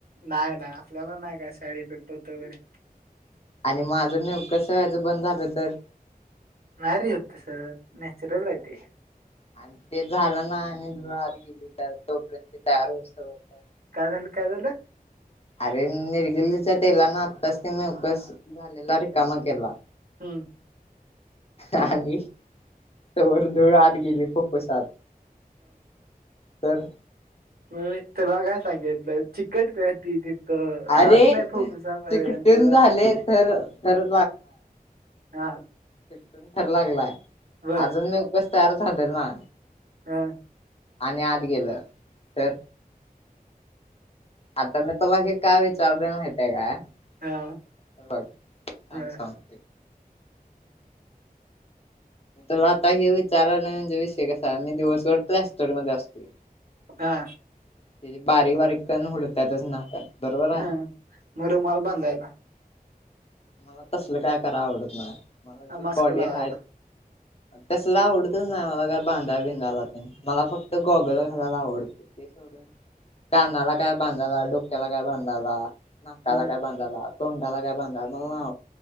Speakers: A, on the right; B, on the left.
A: नाही नाही आपल्याला नाही काय साईड इफेक्ट होत वगैरे
B: आणि माझं नेवक स वयचं बंद झालं तर
A: नारी होत तसं नॅचरल ते
B: आणि ते झालं ना आणि धुळात गेली तर तोपर्यंत ते तयार होतात
A: काय झालं काय झालं?
B: अरे निरगिलीच्या तेलान आत्ताच ते नवकस झालेला रिकामा केला
A: हम्म
B: आणि त वर धुळ आत गेले फुफुसात तर
A: म तेला काय सांगितलं चिकट त त तर
B: अरे
A: जात नाही फुफुसापर्यंत
B: चिकटून झाले थर थर
A: हा
B: फटून ठर लागलाय
A: बर
B: अजून मी उपस तयार झालेल ना
A: हा
B: आणि आत गेलं तर आता मी तुला हे का विचारले माहितयका आहे का
A: हा
B: बघ ग
A: बर
B: सग तरला आता हे विचारायला म्हणजे विषय कसा मी दिवसभर प्लॅस्टर मध्ये असते.
A: हा.
B: ते बारीक बारीकण उडतातच नाकात. बरोबर हाय.
A: हम म रुमाल बांदायचा.
B: मला तसलं काय कराव आवडत नाही मला जी
A: मास्क
B: बॉडी
A: लावायचा
B: आहेत तसला आवडतच नाही मला काय बांधा बिधा लाते मला फक्त गोगल घालायला आवडत. ते सोड कानाला काय बांधायला डोक्याला काय बांधायला. नाकाला
A: हम्म
B: काय बांधाला तोंडाला काय बांधायला. मला नाय